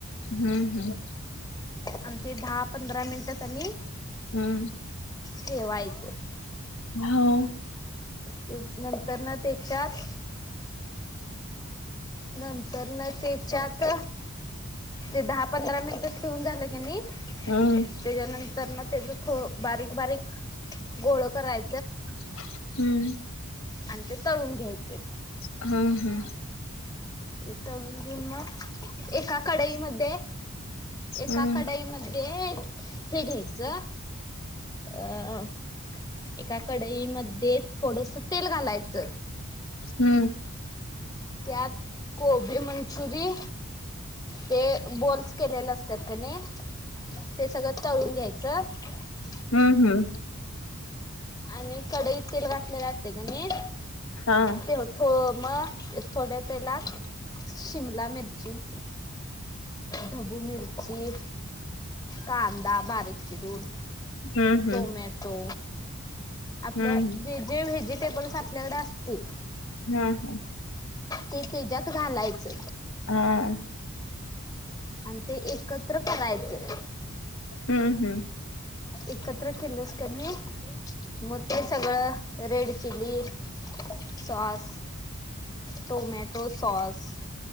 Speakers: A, on the left (about 70°); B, on the left (about 15°).
A: हम्म हम्म
B: आणि ते दहा पंधरा मिनिटं कनी
A: हम्म
B: ठेवायचं <inaudible>
A: हो
B: ते नंतरन त्याच्यात नंतरन त्याच्यात ते दहा पंधरा मिनिट ठेऊून झालं कनी
A: हम्म
B: त्याच्यानंतर ना त्याच थोड बारीक बारीक गोळ कराय
A: <inaudible> हम्म
B: आणि ते तळून घ्यायचे
A: हम्म हम्म
B: ते तळून मग एका कडाईमध्ये एका
A: हम्म
B: कढाईमध्ये हे घ्यायचं अ एका कडईमध्ये थोडस तेल घालायचं
A: हम्म
B: त्यात कोबी मंचुरी ते बोल्स केलेले असतात की नाय ते सगळं तळून घ्यायचं च
A: हम्म हम्म
B: आणि कडईत तेल घातलेलं असते का नाही
A: हा
B: ते मग थोड्या तेलात शिमला मिरची- ची. ढब्बू मिरची, कांदा, बारीक चिरून,
A: हम्म हम्म
B: टोमॅटो, आपल्या
A: हम्म
B: जे जे व्हेजि टेबल्स आपल्याकडे असतील
A: हम. हम.
B: ते त्याच्यात घालायचं.
A: हा
B: आणि ते एकत्र करायचं.
A: हम्म. हम्म.
B: एकत्र केलंस की नाय- मग ते सगळं red chilli- sauce- tomato sauce